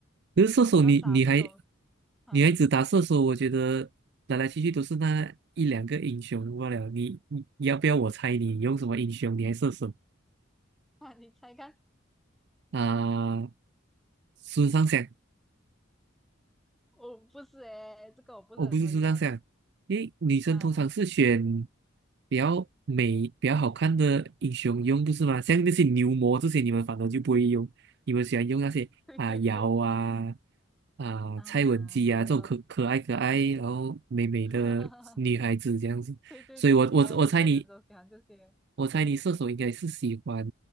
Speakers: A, on the right (about 55°); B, in the centre.
A: 可是射手你，
B: 然后打射手，
A: 你还
B: 啊
A: 女孩子打射手，我觉得来来去去都是那一两个英雄罢了。你你要不要我猜你用什么英雄？你还射手
B: 啊，你猜看？
A: 啊？孙尚香
B: 我不是诶，这个我不是很会用。
A: 我不是这这样想因为女生通常是选
B: 啊，
A: 比较美、比较好看的英雄用，不是吗？像那些牛魔这些，你们反而就不会用，你们喜欢用那些啊瑶啊
B: <laughs> 对对对，
A: 啊蔡文姬啊这种可可爱可爱，
B: 啊，对哦，
A: 然后美美的女孩子这样子。
B: <laughs> 对对对，
A: 所以我我我猜你
B: 女孩子确实都喜欢这些
A: 我猜你射手应该是喜欢